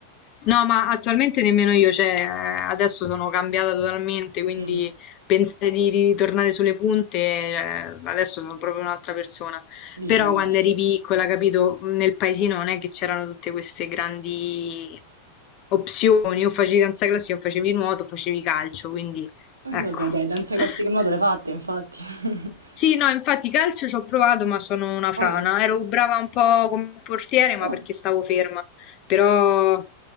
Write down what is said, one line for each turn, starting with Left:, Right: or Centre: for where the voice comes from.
Left: No, ma attualmente nemmeno io, cioè eh, adesso sono cambiata totalmente, quindi
Right: Mm,
Left: pensare di ritornare sulle punte, eh, adesso sono proprio un'altra persona.
Right: dici
Left: Però
Right: di
Left: quando
Right: no.
Left: eri piccola, capito, nel paesino non è che c'erano tutte queste grandi opzioni, o facevi danza classica, o facevi nuoto, o facevi calcio, quindi
Right: Eh,
Left: ecco.
Right: vabbè, dai, danza
Left: <laughs>
Right: classica e nuoto le fatte, infatti. <laughs>
Left: Sì, no, infatti calcio ci ho provato, ma sono una frana.
Right: Ah,
Left: Ero brava un po' come portiere, ma
Right: ah,
Left: perché stavo ferma. Però,